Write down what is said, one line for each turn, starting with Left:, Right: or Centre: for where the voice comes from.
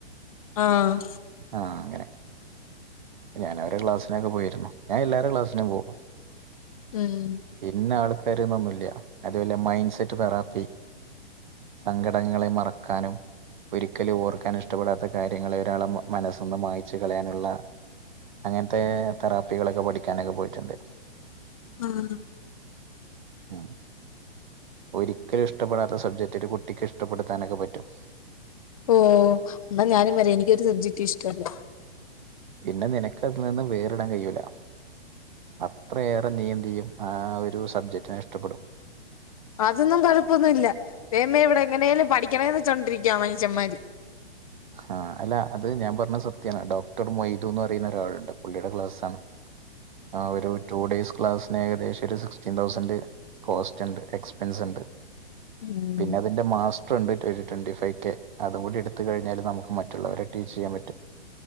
Left: ആഹ്
Right: ആഹ് അങ്ങനെ ഞാനവരെ ക്ലാസിനൊക്കെ പോയിരുന്നു ഞാൻ എല്ലാരെ ക്ലാസിനും പോവും.
Left: ഉം
Right: ഇന്ന ആൾക്കാര്ന്നൊന്നുല്ല്യ അതെപോലെ മൈൻഡ് സെറ്റ് തെറാപ്പി സങ്കടങ്ങളെ മറക്കാനും ഒരിക്കലും ഓർക്കാൻ ഇഷ്ടപ്പെടാത്ത കാര്യങ്ങളെ ഒരാളെ മനസ്സിന്ന് മായി ച്ച് കളയാനുള്ള അങ്ങനത്തെ തെറാപ്പികളൊക്കെ പഠിക്കാനൊക്കെ പോയിട്ടുണ്ട്.
Left: ആഹ്.
Right: ഉം ഒരിക്കലും ഇഷ്ടപ്പെടാത്ത സബ്ജക്ട്. ക്റ്റൊരു കുട്ടിക്ക് ഇഷ്ടപ്പെടുത്താനൊക്കെ പറ്റും.
Left: ഓഹ് എന്ന ഞാനും എനിക്കൊരു സബ്ജക്ട് ഇഷ്ടല്ല.
Right: പിന്നെ നിനക്ക് അതിനിന്ന് വേറിടാൻ കഴിയൂല. അത്രയേറെ നീയെന്തിയും ആ ഒരു സബ്ജക്റ്റിനെ ഇഷ്ടപ്പെടും.
Left: അതൊന്നും കൊഴപ്പൊന്നുല്ല ദേവമേ ഇവടെ എങ്ങനെലും പഠിക്കണേന്ന് വച്ചൊണ്ടിരിക്കുവ മനുഷമ്മാര്.
Right: ഹാഹ് അല്ല അത് ഞാൻ പറഞ്ഞ സത്യാണ് ഡോക്ടർ മൊയ്ദുന്ന് പറയുന്ന ഒരാളുണ്ട് പുള്ളിയുടെ ക്ലാസാണ്. ആഹ് ഒരു ടു ഡേയ്സ് ക്ലാസിന് ഏകദേശം ഒരു സിക്സ്റ്റീൻ തൗസൻഡ്. കോസ്റ്റ്ണ്ട് എക്സ്പെൻസ്ണ്ട്.
Left: ഉം
Right: പിന്നെ ഇതിന്റെ മാസ്റ്റർണ്ട് ഒരു ട്വന്റി ഫൈവ് കെ അതും കൂടി എടുത്ത് കഴിഞ്ഞാല്. നമുക്ക് മറ്റുള്ളവരെ ടീച്ചിയ്യാൻ പറ്റും.